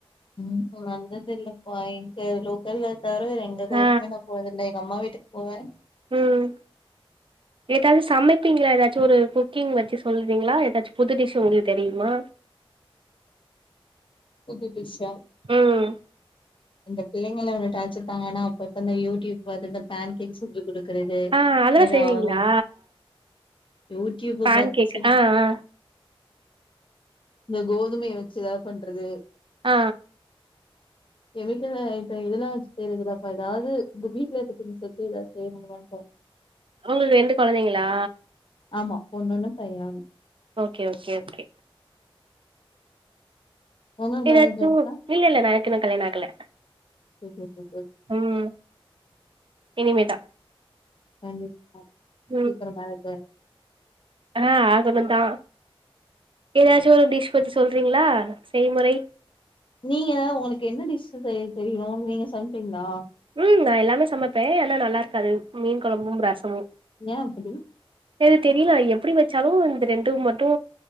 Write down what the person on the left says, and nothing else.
ம் வந்தது இல்லப்பா இங்க லோ கோயில தவர வேற எந்த கோயிலுக்குமே
நா போனதில்ல எங்க அம்மா வீட்டுக்கு போவே
புது டிஷ்ஷா
இந்த பிள்ளைங்களோட டாச்சர் தாங்க நா ஒருத்தந்த யூடியூப் பாத்து இந்த பேன் கேக் செஞ்சு குடுக்குறது
எதா
ஒன் யூடியூப்ப
பாத்து
செய்வே
இந்த கோதுமைய வெச்சு ஏதாது பண்றது
கெமிக்கல் ஐட்டோ இதெல்லா வச்சு செய்றதுலப்பா ஏதாது உங்க வீட்ல இருக்க திங்ஸ் வச்சு எதா செய்ய முடிமானு பாப்
ஆமா பொண்ணு ஒன்னு பைய ஒன்னு
உங்களுக்கு
மேரேஜ் ஆயிருச்சா
கேக்லா சூப்ராக்கு
<unintelligible>
கடவுள் மேல இருக்காரு
நீங்க உங்குளுக்கு என்ன டிஷ் செய்ய தெரியு நீங்க சமைப்பீங்ளா
ஏ அப்புடி